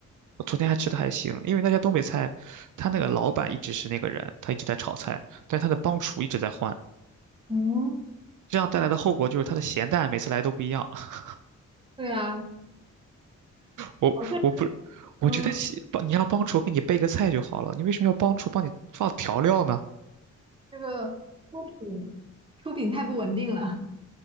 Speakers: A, on the right; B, on the right.
A: 我昨天还吃的还行，因为那家东北菜，他那个老板一直是那个人，他一直在炒菜，但他的帮厨一直在换，
B: 嗯，
A: 这样带来的后果就是他的咸淡每次来都不一样。<laughs>
B: 对啊，
A: 我我不，
B: 我会
A: 我觉得其帮你让帮厨给你备个菜就好了，
B: 说
A: 你为什么要帮厨帮你放调料呢？
B: 这个出品，出品太不稳定了。